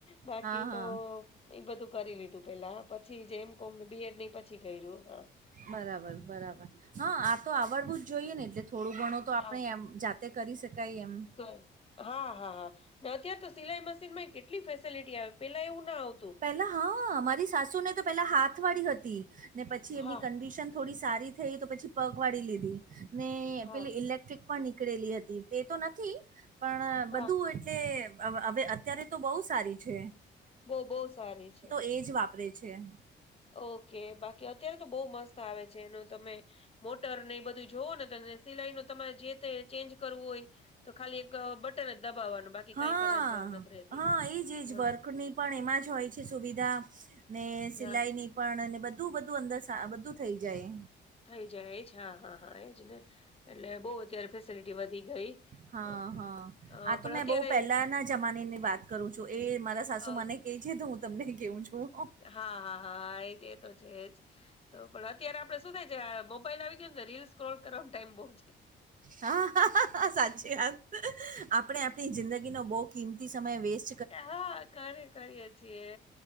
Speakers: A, on the left; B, on the right.
A: બાકી
B: હા હા
A: તો ઈ બધું કરી લીધું પહેલા. પછી જે એમ કોમને, બી એડ ને ઈ પછી કઈરું, હા.
B: બરાબર-બરાબર. હા આ તો આવડવું જ જોઈએ ને એટલે થોડું ઘણું તો આપણે
A: હા
B: એમ જાતે કરી શકાય એમ.
A: <unintelligible> હા, હા, હા. ને અત્ય્યારે તો સિલાઈ મશીન માં કેટલી ફેસિલિટી આવે, પેલા એવું ના આવ
B: પહેલા હા. મારી સાસુ ને તો પેલા હાથ વાળી હતી, ને પછી એમની
A: હા
B: કંડીશન થોડી સારી થઈ તો પછી પગ વાળી લીધી. ને
A: હા
B: પેલી ઇલેક્ટ્રિક પણ નીક કળેલી હતી, તે તો નથી. પણ
A: હા
B: બધું એટલે હવ હવે અત્યારે તો બહુ સારી છે.
A: બહું-બહું સારી છે.
B: એજ વાપરે છે.
A: ઓકે. બાકી અત્યારે તો બહુ મસ્ત આવે છે. એનું તમે મોટર ને ઈ બધું જોવો ને તો <unintelligible> સિલાઈનું તમારે જે તે ચેન્જ કરવું હોય, તો ખાલી એક બટન જ દબાવવાનું. બાકી
B: હા
A: કાંઈ કરવાની જરૂર નથ રહેતી.
B: હા ઈ જ, ઈ જ.
A: હા
B: વર્કની પણ એમાં જ હોય છે સુવિધા, ને સિલાઈની
A: હા
B: પણ અને બધું-બધું અંદર સા બધું થઈ જાય.
A: થઈ જાય એજ, હા, હા, હા એજ ને. એટલે બહું અત્યારે ફેસીલિટી વધી ગઈ.
B: હા
A: અહ
B: હા આ
A: પણ
B: તો મેં
A: અત્યારે
B: બહુ પહેલાના જમાનેની વાત કરું છું, એ મારા સાસુમાં
A: અ
B: ને કેઈ છે તો હું તમને કેવું છું.
A: હા, હા, હા, હા એજ. એ તો છે એજ. તો પણ અત્યારે આપણે શું થાય છે આ મોબાઈલ આવી ગયું ને તો રીલ સ્ક્રોલ કરવામ ટાઈમ બહુ જાય.
B: હા. સાચી વાત. આપણે આપણી જિંદગીનો બહુ કિંમતી સમય વેસ્
A: એટલે હા, કર કરીએ છીએ.